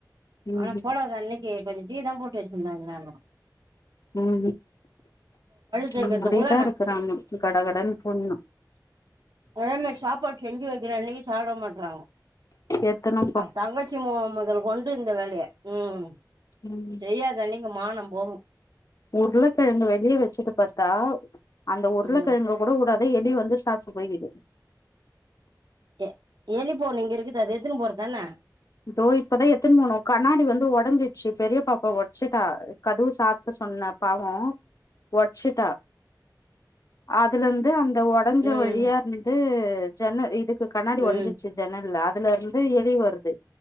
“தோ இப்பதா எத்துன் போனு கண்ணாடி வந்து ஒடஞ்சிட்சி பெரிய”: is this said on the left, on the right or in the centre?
Left